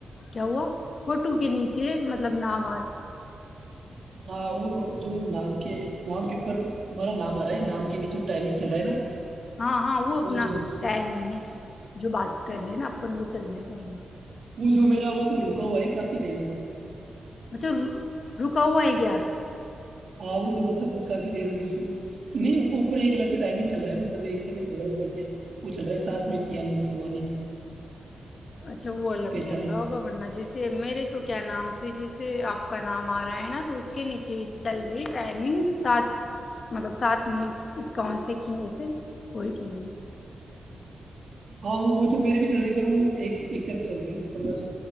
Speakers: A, on the left (about 50°); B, on the right (about 55°).
A: کیا ہوا فوٹو کے نیچے مطلب نپ
B: ہ وہ جو نام کے نام کےپر تمارا نام رہا نام کے نیچے ٹائمنگ چل رہا ہے نا
A: ہاں ہاں
B: وہ
A: اپنا
B: جو
A: ٹائم ہی ہے جو بات کر رہے ہیں نا اپن وہ چل رہے ہیں ٹم <inaudible>
B: وہ جو میرا وہ تو رکا ہوا ہے کافی دیر سے
A: اچھا رکا ہووا ہے کیا
B: ہاں وہ تو مطلب کافی دیر ہوگی اس کو تو نہیں اوپر ایک الگ سے ٹائمنگ چل رہا ہے مطلب ایک سمے چل رہا ہے اوپر سے وہ چل رہا ہے سات میں تیاالیس چوالیس
A: اچھا وہ الگ
B: پینتالیس
A: چل رہا ہوگا ورنہ جسے میرے تو کیا نام سے جس آپ کا نام آ رہا ہے نا تو اس کے نیچے چل رہی ٹائمنگ سات مطلب سات میں اکاون سے کینے سے وہی چل رہ ہے
B: ہاں وہ وہ تو میری بھی چل رہی ہے پر وہ ایک ایک طرف چل رہی ہے اوپر والے